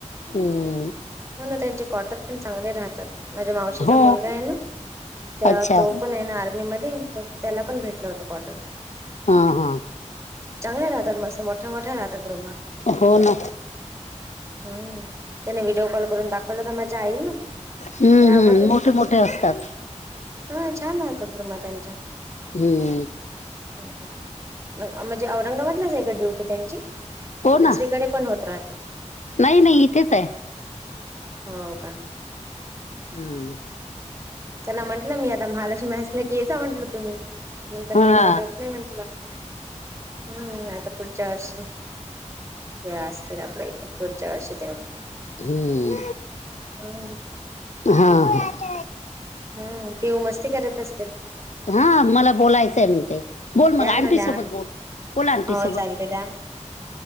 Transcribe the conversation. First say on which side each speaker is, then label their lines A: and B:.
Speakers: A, on the left; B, on the right.
A: हम्
B: हो ना त्यांचे क्टर पण चांगले राहतात माझ्या मावशीचा
A: हो
B: मुलगा आहे ना त्या
A: अच्छा
B: तो पण आहे ना आर्मी मध्ये तर त्याला पण भेटलं होत कॉटन
A: हा हा
B: चांगल्या राहतात मस् मोठा मोठा राहतात रोमा
A: हो ना
B: हम्म त्याने विड कॉल करून दाखवलं तर मजा आईल
A: हम्म
B: ते
A: हम्म
B: बघितितलं
A: मोठे मोठे असतात
B: हा छान राहतात रुमा त्यांच्या
A: हम्म
B: म्हणजे औरंगाबादलाच एकडेवठे त्यांची
A: हो
B: की दुसरीकडे
A: ना
B: पण होत राहते
A: नाही नाही इथेच आहे
B: हो का.
A: हम्म.
B: त्यांला म्हटलं मी आता महालक्ष्मी असलं की याचा म्हंटलं तुम्ही नंतर
A: हा
B: काही भेटवत नाही म्हटल. हम्म आता पुढच्या वर्षी जेव्हा असतील आपल्या इथे पुढ जाश तेव्हा
A: हम्म.
B: ह
A: हा ह
B: हम्म पिऊ मस्ती करत असते
A: हा मला बोलायचंय म्हते बोल मग
B: द्या
A: आंटी
B: ना द्या
A: सोबत
B: ना
A: बोल लांटी
B: हो
A: सोबत
B: चालते द्या